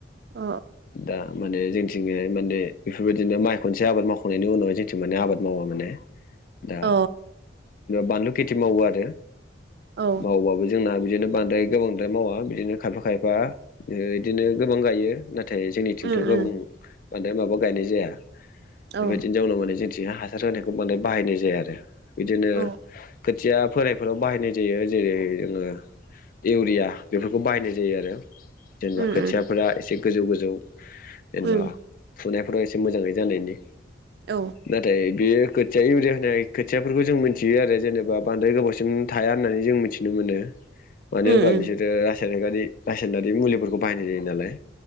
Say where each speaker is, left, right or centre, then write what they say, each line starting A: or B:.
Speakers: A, on the right; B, on the left.
A: अ
B: दा माने जोंथिंजाय माने बेफोरबायदिनो माइ खनसे आबाद मावखांनायनि उनावहाय जोंथिं माने आबाद मावा माने दा
A: अ
B: बानलु खेथि मावो आरो
A: औ
B: मावबाबो जोंना बिदिनो बांद्राय गोबांद्राय मावा बिदिनो खायफा खायफा ओ इदिनो गोबां गायो नाथ नाथाय जोंनिथिंथ'
A: उम
B: गोबां
A: उम
B: बांद्राय माबा गायनाय जाया
A: औ
B: बेबायदिनो जावनाव माने जोंथिं हासार होनायखौ बांद्राय बाहायनाय जाया आरो बिदिनो
A: औ
B: खोथिया फोनायफोराव बाहायनाय जायो जेरै जोङो इउरिया बेफोरखौ बाहायनाय जायो आरो जेनेबा
A: उम
B: खोथियाफोरा
A: उम
B: एसे गोजौ गोजौ जेनेबा
A: उम
B: फुनायफोराव एसे मोजाङै जानायनि
A: औ
B: नाथाय बेयो खोथिया इउरिया होनाय खो थियाफोरखौ जों मोनथियो आरो जेनेबा बांद्राय गोबावसिम थाया होननानै जों मिथिनो मोनो मानो
A: उम
B: होमबा
A: उम
B: बिसोरो रासायनारि रासायनारि मुलिफोरखौ बाहायनाय जायो नालाय